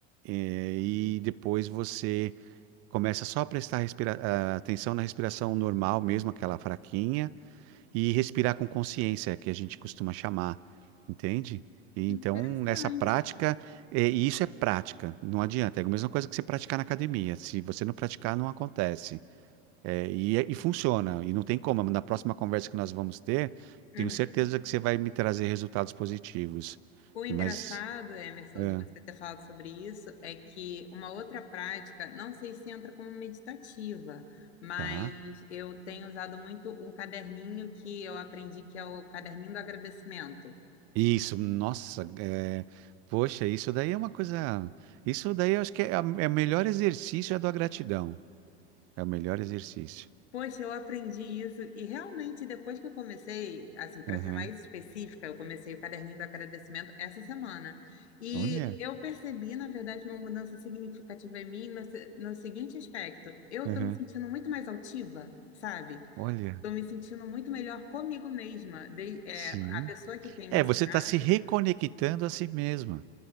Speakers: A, on the right (about 45°); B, on the left (about 90°).
A: Eh, E, depois você começa só a prestar respira- ah, atenção na respiração normal mesmo, aquela fraquinha, e respirar com consciência, que a gente costuma chamar, entende? E
B: Interessante.
A: então, essa prática, é, e isso é prática, não adianta. É a mesma coisa que você praticar na academia. Se você não praticar, não acontece. É, e, é, e funciona, e não tem como. Na próxima conversa que nós vamos ter,
B: Uhum.
A: tenho certeza que você vai me trazer resultados positivos.
B: O engraçado,
A: Mas,
B: Emerson,
A: é,
B: de você ter falado sobre isso, é que uma outra prática, não sei se entra como meditativa, mas
A: tá.
B: eu tenho usado muito um caderninho que eu aprendi, que é o caderninho do agradecimento.
A: Isso, nossa, é, poxa, isso daí é uma coisa. Isso daí eu acho que é, a- é o melhor exercício é a da gratidão. É o melhor exercício.
B: Poxa, eu aprendi isso e realmente depois que eu comecei, assim, para
A: Aham.
B: ser mais específica, eu comecei o caderninho do agradecimento essa semana. E
A: Olha,
B: eu percebi, na verdade, uma mudança significativa em mim no, se- no seguinte aspecto: eu estou
A: aham.
B: me sentindo muito mais altiva, sabe?
A: Olha,
B: Estou me sentindo muito melhor comigo mesma. De- é,
A: sim.
B: a pessoa que tem me
A: É,
B: ensinado,
A: você está se reconectando a si mesma.